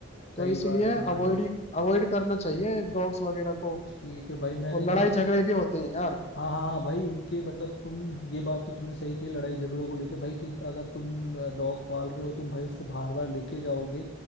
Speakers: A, on the left; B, on the left.
A: सही
B: तो इसीलिए
A: बात है भाई
B: अवॉइड अवॉइड करना चाहिए डॉग्स वगैरह को
A: ठीक है भाई मैं
B: और
A: तुम्हारी
B: लड़ाई
A: इस
B: झगड़े भी होते हैं यार
A: हाँ हाँ हाँ भाई उनके मतलब तुम ये बात तो तुमने सही कही लड़ाई झगड़ों को लेके भाई कि अगर तुम डॉग पाल रहे हो तुम भाई उसको बार बार लेके जाओगे